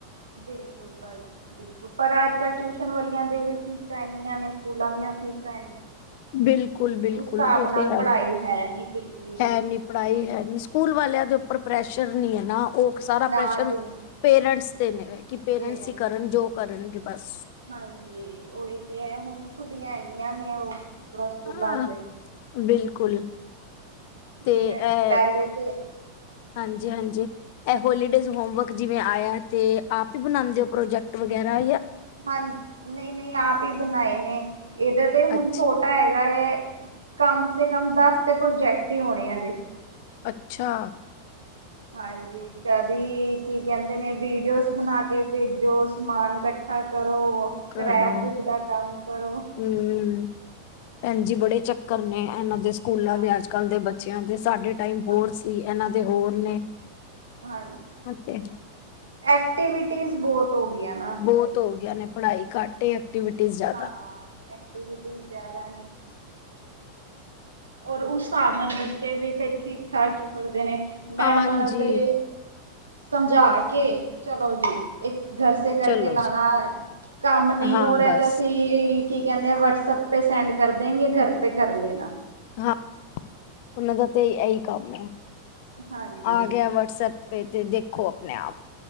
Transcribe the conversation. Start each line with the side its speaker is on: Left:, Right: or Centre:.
Right: ਬਿਲਕੁਲ ਬਲ ਬਿਲਕੁਲ ਪਰ ਅੱਜ-ਕੱਲ ਟਿਊਸ਼ਨ ਵਾਲੀਆਂ ਦੀ ਵੀ ਫੀਸਾਂ ਇੰਨੀਆਂ ਨੇ ਸਕੂਲਾਂ ਦੀਆਂ ਫੀਸਾਂ
Left: ਬਿਲਕੁਲ ਬਿਲਕੁਲ
Right: ਉਸ ਹਿਸਾਬ
Left: ਉਹ
Right: ਨਾਲ
Left: ਤੇ ਹੈ
Right: ਪੜ੍ਹਾਈ
Left: ਹੀ
Right: ਹੈ, ਨੀ ਬਿਲਕੁਲ ਵੀ
Left: ਹੈ
Right: ਜੀ।
Left: ਨੀ ਪੜ੍ਹਾਈ ਹੈ ਨੀ ਸਕੂਲ ਵਾਲਿਆਂ ਦੇ ਉੱਪਰ ਪ੍ਰੈਸ਼ਰ ਨਹੀ ਹੈ ਨਾ ਉਹ ਸਾਰਾ
Right: ਨਾ
Left: ਪ੍ਰੈਸ਼ਰ
Right: ਜੀ
Left: ਪੇਰੈਂਟਸ ਦੇ ਨੇ ਕਿ ਪੇਰੈਂਟਸ
Right: ਦੇ ਰਹੇ
Left: ਹੀ ਕਰਨ ਜੋ ਕਰਨਗੇ ਬਸ
Right: ਹਾਂਜੀ ਉਹੀ ਤੇ ਹੈ, ਹੁਣ ਛੁੱਟੀਆਂ ਇਨੀਆਂ ਨੇ ਉਨ੍ਹਾਂ ਸਕੂਲਾਂ
Left: ਹਾਂ
Right: ਚ।
Left: ਬਿਲਕੁਲ, ਤੇ
Right: ਜਿਵੇਂ
Left: ਏ
Right: ਪਹਿਲੇ ਤੇ
Left: ਹਾਂਜੀ, ਹਾਂਜੀ, ਇਹ ਹੋਲੀਡੇਜ਼ ਹੋਮਵਰਕ ਜਿਵੇਂ, ਆਇਆ ਤੇ ਆਪ ਹੀ ਬਣਾਉਦੇ ਹੋ ਪ੍ਰੋਜੈਕਟ ਵਗੈਰਾ
Right: ਹਾਂ ਨਹੀਂ, ਨਹੀਂ ਆਪ ਈ ਬਣਾਏ ਨੇ ਇਹਦਾ ਤੇ ਹੁਣ
Left: ਅੱਛਾ
Right: ਛੋਟਾ ਹੈਗਾ ਏ। ਕਮ ਸੇ ਕਮ ਦਸ ਤੇ ਪ੍ਰੋਜੈਕਟ ਹੀ ਹੋਣੇ ਏਦੇ।
Left: ਅੱਛਾ।
Right: ਹਾਂਜੀ। ਕਦੀ ਕੀ ਕਹਿੰਦੇ ਨੇ ਵੀਡੀਓਜ਼ ਬਣਾ ਕੇ ਭੇਜੋ ਸਮਾਨ ਕੱਟ ਇਕੱਠਾ ਕਰੋ ਸਕ੍ਰੈਪ
Left: ਕਰੋ
Right: ਬੁੱਕ ਦਾ ਕੰਮ ਕਰੋ।
Left: ਹੂੰ। ਭੈਣਜੀ ਬੜੇ ਚੱਕਰ ਨੇ ਇਹਨਾਂ ਦੇ ਸਕੂਲਾਂ
Right: ਹਾਂ।
Left: ਦੇ ਅੱਜ ਕੱਲ ਦੇ। ਅੱਛਾ। ਤੇ ਸਾਡੇ ਟਾਈਮ ਬੋਰ
Right: ਹਾਂਜੀ
Left: ਸੀ ਇਹਨਾਂ ਦੇ ਹੋਰ ਨੇ
Right: ਹਾਂਜੀ।
Left: ਤੇ
Right: ਐਕਟੀਵਿਟੀਜ਼ ਬਹੁਤ ਹੋ ਗਈਆਂ ਨਾ
Left: ਬਹੁਤ ਹੋ ਗਿਆ ਨੇ ਪੜ੍ਹਾਈ ਘੱਟ ਐਕਟੀਵਿਟੀ ਜਾਂ
Right: ਹਾਂ
Left: ਤ
Right: ਐਕਟੀਵਿਟੀ ਜ਼ਿਆਦਾ ਨੇ ਔਰ ਉਸ ਹਿਸਾਬ ਨਾਲ ਬੱਚੇ ਵੀ ਠੀਕ ਠਾਕ ਹੀ ਪੜ੍ਹਦੇ ਨੇ ਮੈਡਮ
Left: ਹਾਂਜੀ
Right: ਨਾਲ ਤੇ ਸਮਝਾ ਕੇ ਚਲੋ ਜੀ ਇੱਕ ਗਰ ਕਰਕੇ
Left: ਚਲੋ
Right: ਲਾਉਣਾ
Left: ਜੀ
Right: ਕੰਮ ਨਹੀਂ
Left: ਹਾਂ
Right: ਹੋ ਰਿਹਾ
Left: ਬਸ
Right: ਤੇ ਅਸੀਂ ਕੀ - ਕੀ ਕਹਿੰਦੇ ਆ ਵਟਸਐਪ ਤੇ ਸੈਂਡ ਕਰ ਦੇਗੇ ਘਰ ਤੇ ਕਰ ਲੈਣਾ।
Left: ਹਾਂ। ਉਹਨਾਂ ਦਾ ਤੇ ਇਹੀ ਕੰਮ ਹੈ।
Right: ਹਾਂਜੀ
Left: ਆ ਗਿਆ ਵਟਸਐਪ ਫੇ ਤੇ ਦੇਖੋ ਆਪਣੇ ਆਪ